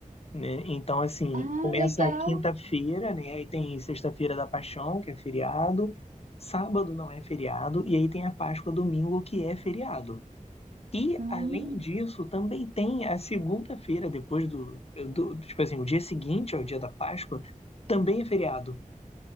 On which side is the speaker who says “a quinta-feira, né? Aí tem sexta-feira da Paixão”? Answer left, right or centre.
Left